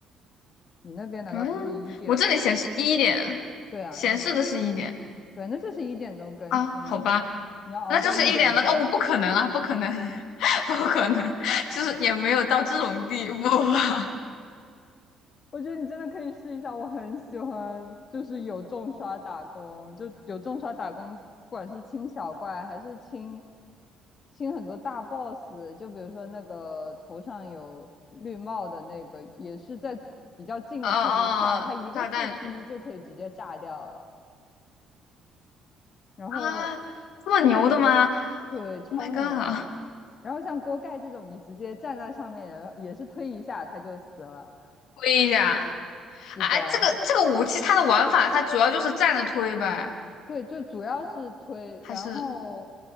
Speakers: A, on the left (about 40°); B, on the left (about 60°).
A: 你那边难道不是一点吗？
B: 嗯，我这里显示一点，
A: 对啊，
B: 显示的是一点
A: 那就对，那就是一点钟更新啊。
B: 啊，好吧，
A: 你要熬到一点钟。
B: 那就是一点了。哦，我不可能啊，不可能，<laughs> 不可能，就是也没有到这种地步吧。
A: 我觉得你真的可以试一下，我很喜欢，就是有重刷打工，就有重刷打工，不管是清小怪还是清清很多大 boss，就比如说那个头上有绿帽的那个，也是在比较近的距离下，
B: 啊啊
A: 他一个树劈就可以直接炸掉了。
B: <laughs>，哦炸弹鱼
A: 然后
B: 啊，这么牛的吗
A: 对，超牛。
B: ？Oh my god！
A: 然后像锅盖这种，你直接站在上面也也是推一下他就死了。
B: 推一下。
A: 是的。
B: 哎，这个这个武器它的玩法，它主要就是站着推呗，
A: 对，就主要是推，
B: 还是
A: 然后